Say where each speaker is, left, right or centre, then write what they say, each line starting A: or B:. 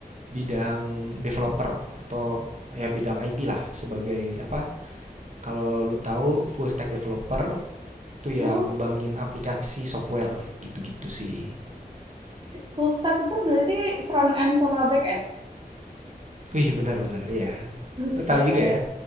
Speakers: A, on the right; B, on the right.
A: bidang developer atau ya bidang IT lah sebagai apa kalau lu tahu full stack developer itu
B: Wow.
A: ya ngembangin aplikasi software gitu-gitu sih.
B: Full stack itu berarti front end sama back end.
A: Wih benar-benar ya.
B: Buset.
A: Lo tahu juga ya.